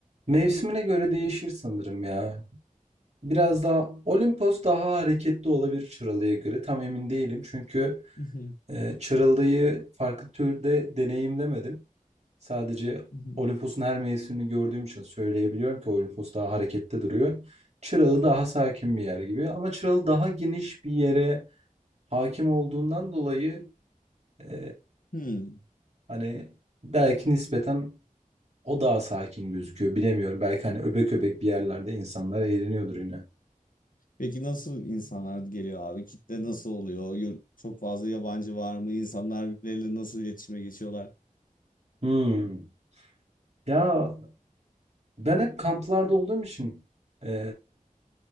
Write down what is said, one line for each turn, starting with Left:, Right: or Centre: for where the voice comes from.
Right: mevsimine göre değişir sanırım ya. Biraz daha Olimpos daha hareketli olabilir Çıralı'ya göre. Tam emin değilim çünkü
Left: Hı hı,
Right: Ee, çırıldığı farklı türde deneyimlemedim. Sadece
Left: hı hı.
Right: Olimpos'un her mevsimini gördüğüm için söyleyebiliyorum ki Olimpos daha harekette duruyor. Çıralı daha sakin bir yer gibi ama Çıralı daha geniş bir yere hakim olduğundan dolayı e,
Left: Hmm.
Right: hani belki nispeten o daha sakin gözüküyor. Bilemiyorum. Belki hani öbek öbek bir yerlerde insanlar eğleniyordur yine.
Left: Peki nasıl insanlar geliyor abi? Kitle nasıl oluyor? Yur- Çok fazla yabancı var mı? İnsanlar birbirleriyle nasıl iletişime geçiyorlar?
Right: Hmm. Ya ben hep kamplarda olduğum için e,